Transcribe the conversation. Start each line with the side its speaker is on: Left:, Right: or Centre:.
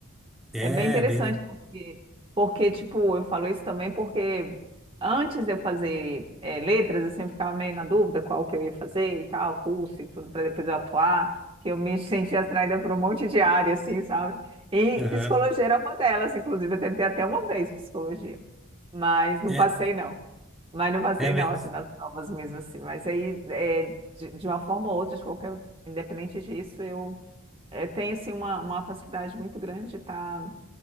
Centre: É,
Right: é bem interessante,
Centre: bem, né?
Right: porque, porque tipo, eu falo isso também porque antes de eu fazer eh, letras, assim, eu ficava meio na dúvida qual que eu ia fazer e tal, curso e tudo, para depois eu atuar, que eu me <laughs> sentia atraída por um monte de área, assim, sabe? E
Centre: Aham.
Right: psicologia era uma delas, inclusive, eu tentei até uma vez psicologia, mas não
Centre: É,
Right: passei, não. Mas não passei,
Centre: é mesmo.
Right: não, assim, nas provas mesmo, assim. Mas aí, eh, de, de uma forma ou outra, de qualquer, independente disso, eu é, tem assim uma, uma facilidade muito grande de estar,